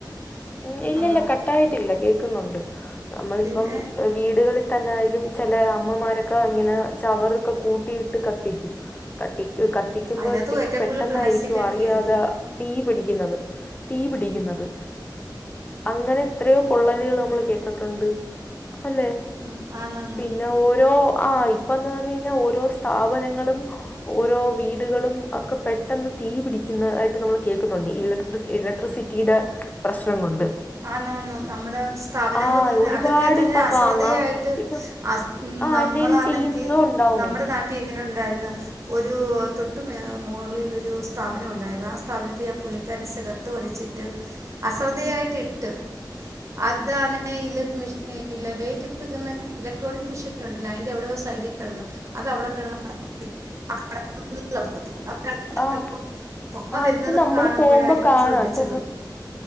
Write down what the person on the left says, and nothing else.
ഉം ഇല്ല
ഇല്ലാ കട്ട് ആയിട്ടില്ലാ കേക്ക്ന്നോ ഇണ്ട് നമ്മളിപ്പം
വീടുകളി തന്നൊയാലും ചെല അമ്മമാരാക്കെ ഇങ്ങനെ ചവറൊക്കെ കൂട്ടിയിട്ട് കത്തിക്കും കത്തി കത്തിക്ക്യമ്പോഴത്തേക്ക്
പെട്ടെന്നായിരിക്കും
അറിയാതെ
തീ പിടിക്ക്ന്നാത് തീ പിടിക്ക്ന്നാത് അങ്ങനെ എത്രയോ പൊള്ളല്കള് നമ്മള് കേട്ടിട്ടോണ്ട് അല്ലെ
പിന്നെ ഓരോ ആയി ഇപ്പൊ എന്ന് പറഞ്ഞ് കയിഞ്ഞാ ഓരോ സ്ഥാപനങ്ങളും ഓരോ വീടുകളും ഒക്കെ പെട്ടെന്ന് തീ പിടിക്ക്ന്നാ ആയിട്ട് നമ്മള് കേക്ക്ന്നോണ്ട് ഇലക്ട്രി ഇലക്ട്രിസിറ്റിടെ പ്രശ്നം കൊണ്ട്
ആഹ്
ഒരുപാട്
ഇപ്പൊ
പാങ്ങ
ഇപ്പൊ
ആഹ്
എന്തേലും ചെയ്യുന്നോ ഉണ്ടാവുന്നുണ്ട്
ആഹ്
ആഹ്
ഇപ്പൊ നമ്മള്
പോകുമ്പോ
കാണാം
ഇപ്പൊ